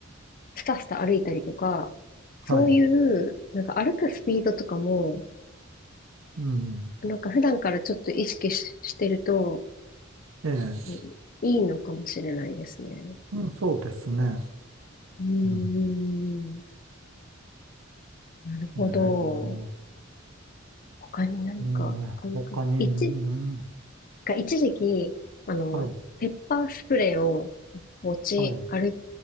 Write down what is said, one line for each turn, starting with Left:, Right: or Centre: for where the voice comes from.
Left: スタスタ歩いたりとか、そういう、
Right: はい。
Left: なんか歩くスピードとかも、
Right: うん。
Left: なんか普段からちょっと意識し、してると、
Right: ええ。
Left: うんいいのかもしれないですね。
Right: うん、そうですね。
Left: うん。
Right: うん。
Left: なるほど。
Right: ええ。
Left: 他に何かあるか。
Right: うん、他に、
Left: 一、
Right: うん、
Left: が一時期、あの、
Right: はい。
Left: ペッパースプレーを持ち歩、
Right: はい。